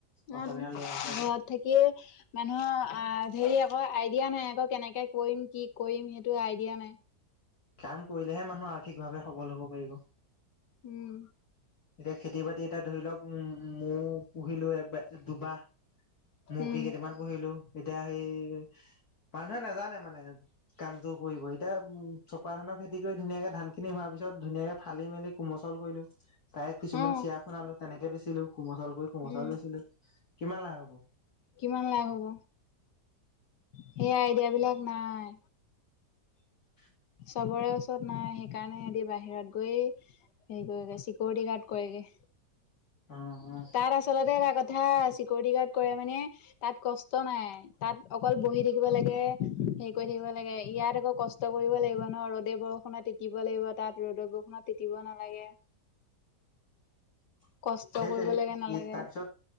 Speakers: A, on the left; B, on the left.
A: অসমীয়া
B: অ ঘৰত
A: ল'ৰা হিচাপে
B: থাকি মানুহৰ আহ হেৰি আকৌ আইডিয়া নাই আকৌ কেনেকে কৰিম কি কৰিম সেইটো আইডিয়া নাই।
A: কাম কৰিলেহে মানুহ আৰ্থিকভাৱে সবল হব পাৰিব।
B: উম
A: এতিয়া খেতি বাতি এটা ধৰি লওক উম মৌ পুহিলো এবাৰ দুবাহ মৰ্গী
B: উম
A: কেইটামান পঢ়িলো এতিয়া সেই মানুহে নাজানে মানে কামটো কৰিব এতিয়া উম চপা ধানৰ খেতি কৰি ধুনীয়াকে ধান খিনি হোৱাৰ পিছত। ৰ পিছত ধুনীয়াকে ফালি মেলি কোমচল কৰিলো। তায়ে কিছুমান
B: অ
A: চিয়া খুনালো তেনেকে বেচিলো কোমল চাউল কৰি কোমল
B: উম
A: চাউল বেচিলো কিমান লাভ হব।
B: কিমান লাভ হ'ব সেই আইডিয়া বিলাক নাই।
A: <inaudible>
B: চবৰে ওচৰত নাই সেইকাৰণে সিহতি বাহিৰত গৈয়ে হেৰি কৰেগে চিকিউৰিটি গাৰ্ড কৰেগে।
A: <inaudible> অ
B: তাৰ আচলতে এ কথা কথাা চিকিউৰিটি গাৰ্ড কৰে মানে তাত কষ্ট নাই তাত অকল বহি থাকিব লাগে। হেৰি কৰি থাকিব লাগে ইয়াত আকৌ কষ্ট কৰিব লাগিব ন ৰ'দে বৰষুণত তিতিব লাগিব তাত ৰ'দৰ বৰষুণত চতিব নালাগে।
A: সেইটোৱে
B: কষ্ট কৰিব লাগে নালাগে
A: ই তাৰপিছত।